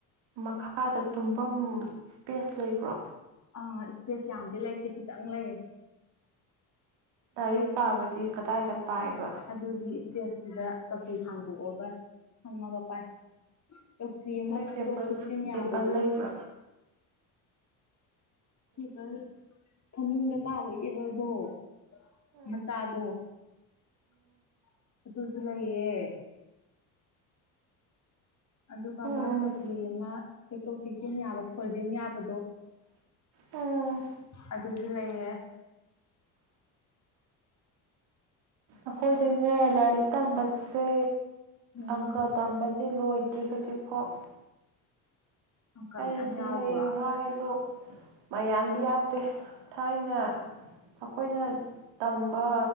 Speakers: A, on the right (about 65°); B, on the left (about 35°).
A: ꯃꯈꯥꯗ ꯇꯨꯝꯐꯝ ꯏꯁꯄꯦꯁ ꯂꯩꯕ꯭ꯔꯣ
B: ꯑ ꯏꯁꯄꯦꯁ ꯌꯥꯝꯗꯤ ꯂꯩꯇꯦ ꯈꯤꯇꯪ ꯂꯩ
A: ꯂꯥꯏꯔꯤꯛ ꯄꯥꯥꯕꯗꯤ ꯀꯗꯥꯏꯗ ꯄꯥꯏꯕ
B: ꯑꯗꯨꯒꯤ ꯏꯁꯄꯦꯁꯇꯨꯗ ꯆꯧꯀꯤ ꯊꯥꯡꯗꯣꯛꯑꯒ ꯐꯝꯃꯒ ꯄꯥꯏ ꯆꯧꯀ꯭ꯔꯤ ꯑꯃ
A: ꯅꯣꯏ
B: ꯊꯨꯞꯇꯣꯛ
A: ꯇꯦꯕꯜ
B: ꯊꯨꯞꯆꯤꯟ ꯌꯥꯕꯗꯣ
A: ꯇꯦꯕꯜ ꯂꯩꯕ꯭ꯔꯣ
B: ꯇꯦꯕꯜ ꯐꯃꯨꯡꯗ <unintelligible>
A: ꯎꯝ
B: ꯃꯆꯥꯗꯣ꯫ <unintelligible> ꯑꯗꯨꯒ
A: ꯎꯝ
B: ꯑꯃ ꯆꯧꯀꯨꯔꯤ ꯑꯃ ꯊꯦꯛꯇꯣꯛ - ꯊꯦꯛꯆꯟ ꯌꯥꯕ ꯐꯣꯜꯖꯤꯟ ꯌꯥꯕꯗꯣ
A: ꯎꯝ
B: ꯑꯗꯨꯁꯨ ꯂꯩꯌꯦ꯫
A: ꯑꯩꯈꯣꯏꯗꯤꯅꯦ ꯂꯥꯏꯔꯤꯛ ꯇꯝꯕꯁꯦ
B: ꯎꯝ
A: ꯑꯪꯀ ꯇꯝꯕ ꯂꯣꯏꯗ꯭ꯔꯤ ꯍꯧꯖꯤꯛꯐꯥꯎ꯫
B: ꯑꯪꯀ
A: ꯑꯩꯗꯤ
B: ꯃꯌꯥꯝ ꯌꯥꯎꯕ꯭ꯔꯣ
A: ꯍꯌꯦꯡꯋꯥꯏꯕꯨꯛ ꯃꯌꯥꯝꯗꯤ ꯌꯥꯎꯗꯦ ꯊꯥꯏꯅ ꯑꯩꯈꯣꯏꯅ ꯇꯝꯕ